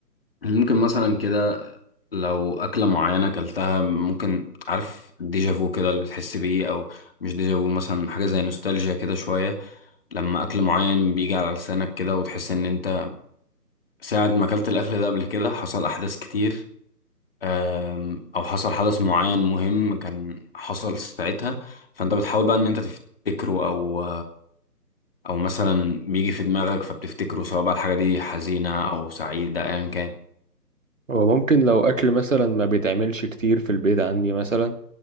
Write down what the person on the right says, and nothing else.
هو ممكن لو اكل مثلا ما بيتعملش كتير في البيت عندي مثلا